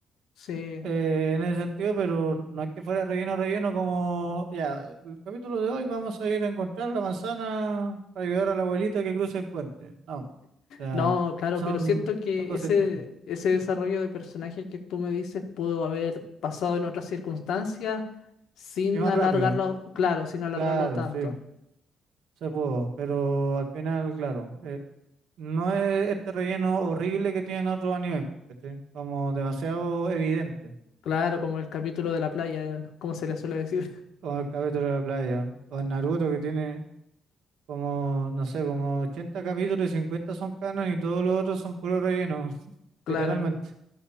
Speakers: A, on the left; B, on the right.
A: sí.
B: eh, en ese sentido, pero no es que fuera relleno, relleno como, ya, el capítulo de hoy vamos a ir a encontrar la manzana para ayudar a la abuelita que cruce el puente. No, o sea,
A: No, claro,
B: son,
A: pero siento que
B: son consistentes.
A: ese, ese desarrollo
B: Mm.
A: de personaje que tú me dices pudo haber pasado en otras circunstancias sin
B: Y más
A: alargarlo,
B: rápido,
A: claro, sin alargarlo
B: claro,
A: tanto.
B: sí, se pudo, pero al final, claro, eh, no es este relleno horrible que tienen otros animes, ¿cachai? Como demasiado evidente,
A: Claro, como el capítulo de la playa, como se le suele decir. <laughs>
B: como el capítulo de la playa, o el Naruto que tiene... Como, no sé, como 80 capítulos y 50 son canon y todos los otros son puro relleno, <laughs>
A: Claro.
B: literalmente.